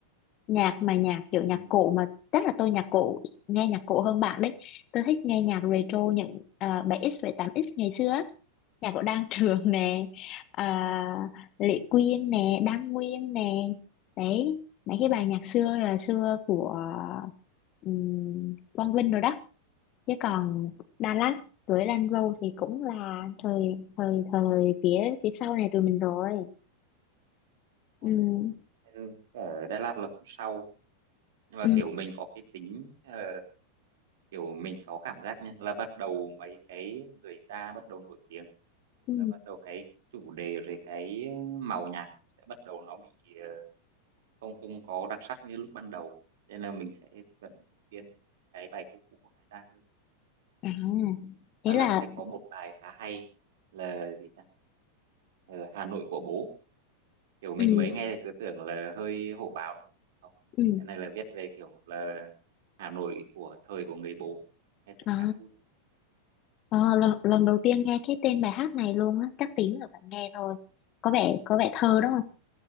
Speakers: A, on the left (about 35°); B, on the right (about 55°).
A: nhạc mà nhạc kiểu
B: ừ.
A: nhạc cổ mà chắc là tôi nhạc cổ nghe nhạc cổ hơn bạn đấy tôi thích nghe nhạc retro những à, 7x 7x ngày xưa á nhà của Đan Trường nè à, Lệ Quyên nè Đan Nguyên nè đấy mấy cái bài nhạc xưa là xưa của um, Quang Vinh rồi đó chứ còn Dallas
B: Ừ. Đúng
A: với Lan Râu thì cũng là thời thời thời phía phía sau này tụi mình rồi ừ
B: rồi. Nên ở Đà Lạt là cũng sau Nhưng mà
A: ừ
B: kiểu mình có cái tính ờ, kiểu mình có cảm giác nha là bắt đầu mấy cái người ta bắt đầu nổi tiếng
A: ừ
B: là bắt đầu cái chủ đề rồi cái màu nhạc sẽ bắt đầu nó bị ờ, không không có đặc sắc như lúc ban đầu nên là mình sẽ vẫn khuyên những cái bài cũ cũ của người ta hơn
A: à thế
B: Dallas
A: là
B: sẽ có một bài khá hay là gì ta Ờ, Hà Nội của bố kiểu mình
A: ừ
B: mới nghe thì cứ tưởng là hơi hổ báo đúng không Không,
A: ừ
B: cái này là viết về kiểu là Hà Nội của thời của người bố nghe sẽ
A: à,
B: khá vui
A: à lần, lần đầu tiên nghe cái tên bài hát này luôn á chắc tí nữa phải nghe thôi có vẻ có vẻ thơ đó